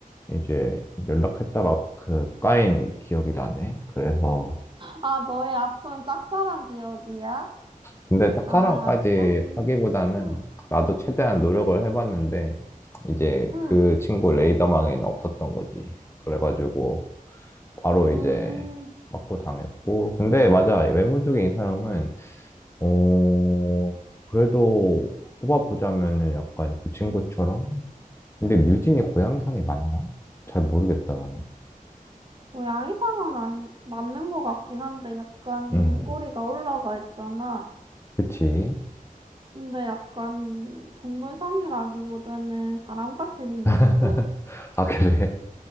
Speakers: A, on the left; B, on the right.
A: 이제 연락했다가 그 까인 기억이 나네. 그래서
B: 아, 너의 아픈 짝사랑 기억이야?
A: 근데 짝사랑까지
B: 아, 약간,
A: 하기보다는
B: 음,
A: 나도 최대한 노력을 해봤는데 이제
B: 응.
A: 그 친구 레이더망에는 없었던 거지. 그래가지고 바로
B: 음.
A: 이제 빠꾸 당했고 근데 맞아 외모 쪽의 이사형은 어, 그래도 뽑아보자면은 약간 그 친구처럼? 근데 류진이 고향상이 맞나? 잘 모르겠다, 나는.
B: 뭐 양이상은 안, 맞는 것 같긴 한데 약간
A: 음,
B: 눈꼬리가 올라가 있잖아.
A: 그치.
B: 근데 약간 동물상이라기보다는 사람같이 생겼어.
A: <laughs> 아, 그래?